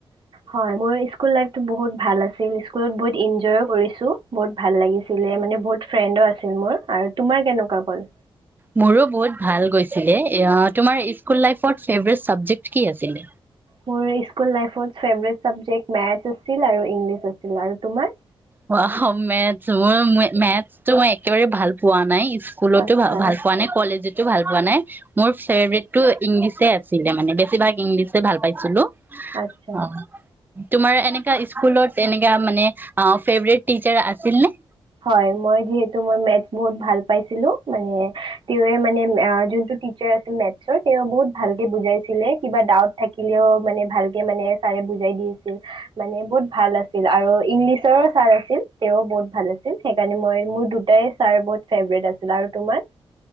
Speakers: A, on the right; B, on the right.
A: হয় মোৰ স্কুল লাইফটো বহুত ভাল আছিল। স্কুলত বহুত ইনজইও কৰিছো। বহুত ভাল লাগিছিলে মানে বহুত ফ্ৰেণ্ডো আছিল। মোৰ আৰু তোমাৰ কেনেকুৱা গ'ল
B: মোৰো বহুত ভাল গৈছিলে। এইয়া তোমাৰ স্কুল লাইফত ফেভৰেট চাবজেক্ট কি আছিল
A: মোৰ স্কুল লাইফৰ ফেভৰেট চাবজেক্ট মেৰ্টচ আছিল আৰু ইংলিছ আছিল আৰু তোমাৰ।
B: উৱাউ মেৰ্টছ মই মেথছতো মই একেবাৰে ভাল পোৱা নাই স্কুলতো
A: আচ্ছা
B: ভ ভাল পোৱা নাই কলেজতো ভাল পোৱা নাই মোৰ ফেভৰেটটো ইংলিছে আছিলে মানে বেছিভাগ ইংলিছে ভাল পাইছিলো।
A: আচ্ছা
B: অ তোমাৰ এনেকা এয়া মানে অ ফেভৰেট টিচাৰ আছিল নে?
A: হয় মই যিহেতু মই মেট বহুত ভাল পাইছিলো, মানে, তেওঁৱে মানে আ জোনটো টিচাৰ আছিল মেথছৰ তেওঁ বহুত ভালকে বুজাইছিলে, কিবা ডাউট থাকিলেও মানে ভালকে মানে ছাৰে বুজাই দি আছিল, মানে বহুত ভাল আছিল আৰু ইংলিছ ওচৰৰ ছাৰ আছিল, তেওঁ বহুত ভাল আছিল। ছিল সেইকাৰণে মই মোৰ, দুটাই ছাৰ বহুত ফেভৰেট আছিল আৰু তোমাৰ?